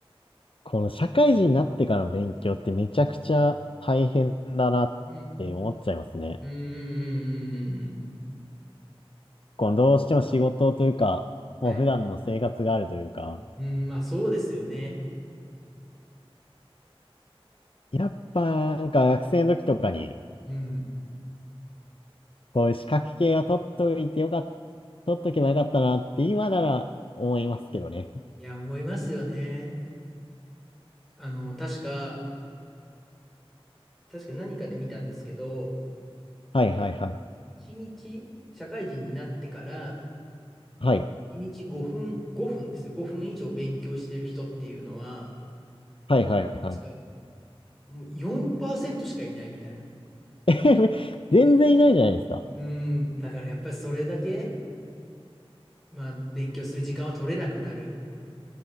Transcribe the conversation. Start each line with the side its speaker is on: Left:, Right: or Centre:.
Left: この社会人になってからの勉強ってめちゃくちゃ大変だなって思っちゃいますね。
Centre: うん、うん、うん、うん、うんうんうん。
Left: このどうしても仕事というか、もう普段の生活があるというか、
Centre: はい。うん、まあそうですよね。
Left: やっぱなんか学生の時とかに、
Centre: うん。
Left: こういう資格系は取っといてよかった、取っとけばよかったなって今なら思いますけどね。
Centre: いや、思いますよね。あの、確か、確か何かで見たんですけど、
Left: はいはいはい。
Centre: 一日、社会人になってから、
Left: はい。
Centre: 一日5分、5分ですよ。5分以上勉強してる人っていうのは、
Left: はいはいはい。
Centre: 確か、もう4%しかいないみたいな。
Left: <laughs> 全然いないじゃないですか。
Centre: うん、だからやっぱりそれだけ、まあ、勉強する時間は取れなくなる。